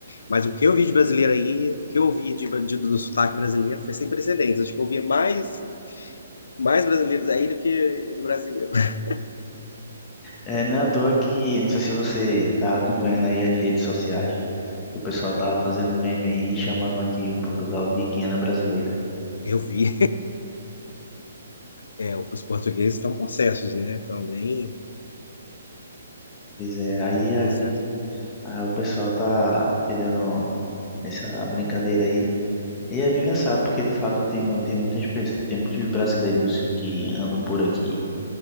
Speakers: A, on the left (about 80°); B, on the left (about 15°).
A: Mas o que eu vi de brasileiro aí, o que eu vi de, de- do sotaque brasileiro foi sem precedentes. Acho que eu via mais mais brasileiros aí do que no Brasil. mesmo. <laughs>
B: É, não é à toa que, não sei se você tá acompanhando aí as redes sociais, que o pessoal tá fazendo um meme aí, chamando aqui o Portugal de Guiana Brasileira.
A: Eu vi. É, os portugueses estão possessos, né? Estão bem,
B: Pois é, aí
A: estão
B: aqui
A: possessos.
B: Aí o pessoal tá tirando essa brincadeira aí. E é bem engraçado, porque de fato tem, mu- tem muitas pessoas, tem muitos brasileiros que andam por aqui.